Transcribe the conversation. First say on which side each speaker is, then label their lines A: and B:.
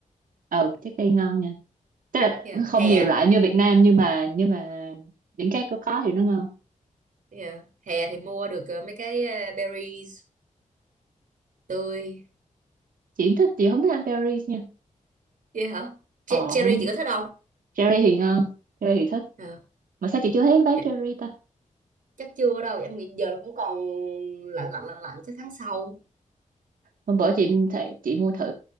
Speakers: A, on the right; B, on the right.
A: ừ trái cây ngon nha tức là
B: yeah.
A: nó không
B: hè
A: nhiều loại như Việt Nam nhưng mà nhưng mà những cái có có thì nó ngon
B: yeah. hè thì mua được ờ, mấy cái ờ, berries tươi
A: chị không thích chị không thích ăn berries nha
B: vậy hả Che-
A: ờ
B: cherry
A: không
B: chị có thích không
A: cherry thì ngon cherry thì thích
B: Ờ,
A: mà sao chị chưa thấy bán
B: dạ.
A: cherry ta
B: chắc chưa đâu em nghĩ giờ nó cũng còn lạnh lạnh lạnh lạnh chắc tháng sau
A: hôm bữa chị thấy chị mua thử